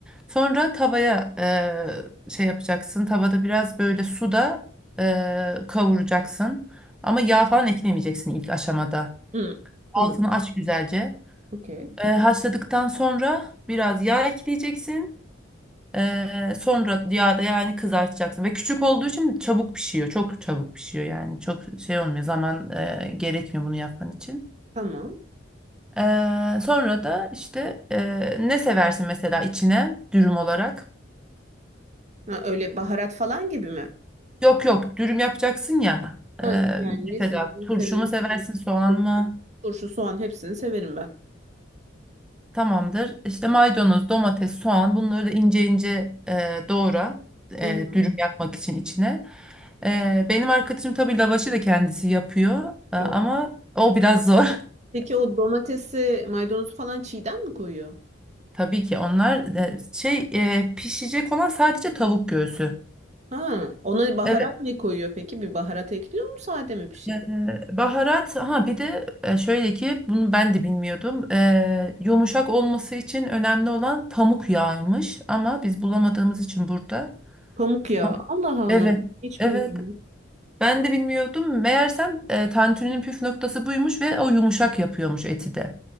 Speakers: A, in the centre; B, on the right (about 40°).
A: Sonra tavaya eee, şey yapacaksın. Tavada biraz böyle suda eee, kavuracaksın. Ama yağ falan eklemeyeceksin ilk aşamada.
B: Hı.
A: Altını
B: Tamam.
A: aç güzelce.
B: Okey.
A: Eee, haşladıktan sonra biraz yağ ekleyeceksin. Eee, sonra yağda yani kızartacaksın. Ve küçük olduğu için çabuk pişiyor. Çok çabuk pişiyor yani. Çok şey olmuyor. Zaman eee, gerekmiyor bunu yapman için.
B: Tamam.
A: Eee, sonra da işte eee, ne seversin mesela içine dürüm olarak?
B: Ha, öyle baharat falan gibi mi?
A: Yok yok dürüm yapacaksın ya.
B: Ha,
A: Ee,
B: yani
A: mesela
B: ne
A: turşu
B: severim?
A: mu seversin soğan
B: Turşu.
A: mı?
B: Turşu, soğan hepsini severim ben.
A: Tamamdır. İşte maydanoz, domates, soğan bunları da ince ince e, doğra. E,
B: Hı hı.
A: dürüm yapmak için içine. E, benim arkadaşım tabii lavaşı da kendisi yapıyor. E, ama
B: Oo.
A: o biraz zor.
B: Peki o domatesi, maydanozu falan çiğden mi koyuyor?
A: <laughs> Tabii ki onlar e, şey e, pişecek olan sadece tavuk göğsü.
B: Ha, ona baharat
A: Evet.
B: ne koyuyor peki? Bir baharat ekliyor mu sade mi pişiriyor?
A: Ee, Baharat ha bir de e, şöyle ki bunu ben de bilmiyordum. Ee, yumuşak olması için önemli olan pamuk yağıymış ama biz bulamadığımız için burada.
B: Pamuk ya.
A: Pam-
B: Allah Allah.
A: evet.
B: Hiç
A: Evet.
B: bilmiyorum.
A: Ben de bilmiyordum. Meğersem e, tantuninin püf noktası buymuş ve o yumuşak yapıyormuş eti de.